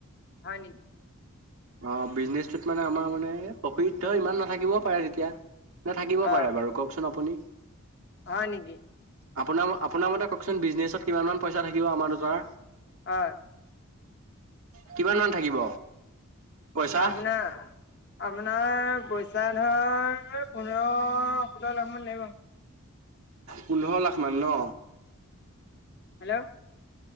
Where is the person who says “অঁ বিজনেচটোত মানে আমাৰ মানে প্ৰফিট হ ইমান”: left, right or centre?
Right